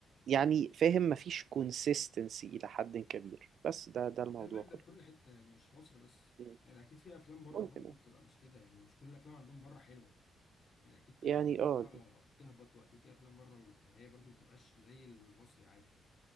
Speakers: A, on the right (about 55°); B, on the left (about 40°).
A: يعني فاهم مفيش كونسيستنسي الى حد كبير بس ده ده الموضوع
B: خلي بالك
A: كله
B: ده في كل حته يعني مش مصر بس
A: مم.
B: يعني اكيد في افلام بره
A: ممكن
B: برضه بتبقى مش كده يعني مش كل الافلام عندهم بره حلوه يعني اكيد في
A: يعني
B: افلام بره
A: اه
B: بتهبط واكيد في افلام بره هي برضه ما بتبقاش زي المصري عادي